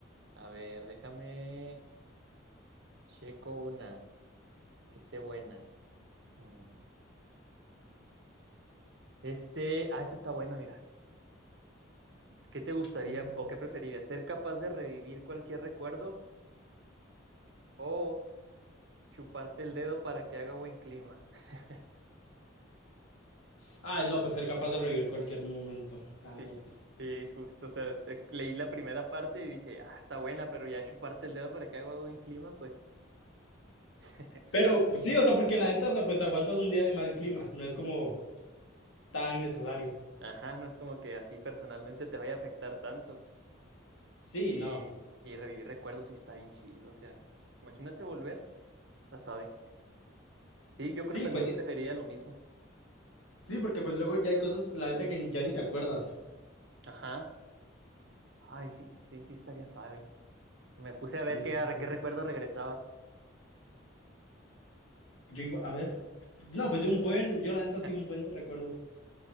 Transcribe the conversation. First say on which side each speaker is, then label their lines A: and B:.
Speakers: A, on the right (about 60°); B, on the left (about 90°).
A: A ver, déjame checo una que esté buena. Mm. Este, ah, esta está buena, mira. ¿Qué te gustaría
B: A ver.
A: o qué preferirías? ¿Ser capaz de revivir cualquier recuerdo o chuparte el dedo para que haga buen clima? <laughs>
B: Ay, no, pues ser capaz de revivir cualquier momento, la
A: Sí,
B: neta.
A: sí, sí, justo. O sea, este, leí la primera parte y dije, ah, está buena, pero ya chuparte el dedo para que haga buen clima, pues, <laughs>
B: Pero pues, sí, o sea, porque la neta, o sea, pues te aguantas un día de mal clima. No es como tan necesario.
A: ajá, no es como que así personalmente te vaya a afectar tanto.
B: Sí,
A: Y,
B: no.
A: y revivir recuerdos sí está bien chido, o sea, imagínate volver, la suave. Sí, yo
B: Sí,
A: creo también
B: pues sí,
A: preferiría lo mismo.
B: sí, porque pues luego ya hay cosas, la neta, que ya ni te acuerdas.
A: Ajá. Ay, sí, sí, sí estaría suave. Me puse
B: Sí,
A: a ver qué,
B: sí,
A: a
B: sí.
A: qué recuerdo regresaba.
B: Yo igual, a ver. No, pues yo un buen, yo la neta
A: <laughs>
B: sí un buen de recuerdos.